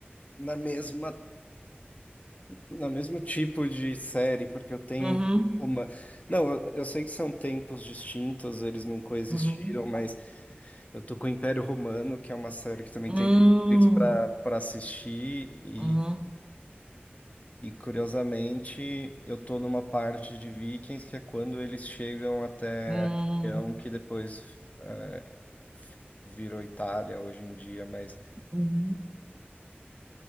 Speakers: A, on the left; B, on the right.
A: na mesma No mesmo tipo de série, porque eu tenho
B: Uhum,
A: uma. Não, eu, eu sei que são tempos distintos, eles não coexistiram,
B: uhum,
A: mas eu tô com o Império Romano, que é uma série que também
B: uhum,
A: tem Netflix pra, pra assistir, e,
B: uhum,
A: e curiosamente eu tô numa parte de Vikings que é quando eles chegam até
B: uhum,
A: a região que depois eh, virou Itália hoje em dia, mas.
B: uhum,